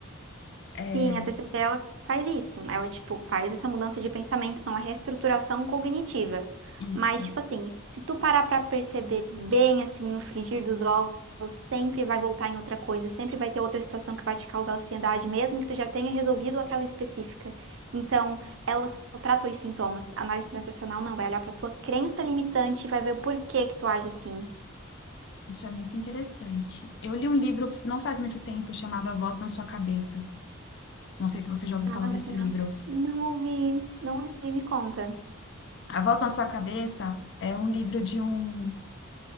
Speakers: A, on the left (about 55°); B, on the right (about 60°).
A: É
B: Sim, a TCC ela faz isso. Ela, tipo, faz essa mudança de pensamento, então, a reestruturação cognitiva.
A: isso.
B: Mas, tipo assim, se tu parar pra perceber bem, assim, no frigir dos ovos, sempre vai voltar em outra coisa, sempre vai ter outra situação que vai te causar ansiedade, mesmo que tu já tenha resolvido aquela específica. Então, ela só trata os sintomas. A análise transacional não vai olhar pra tua crença limitante e vai ver o porquê que tu age assim.
A: Isso é muito interessante. Eu li um livro não faz muito tempo chamado A Voz na Sua Cabeça. Não sei se você já ouviu
B: Ah,
A: falar desse
B: legal.
A: livro.
B: Não ouvi, não ouvi, me conta.
A: A Voz na Sua Cabeça é um livro de um.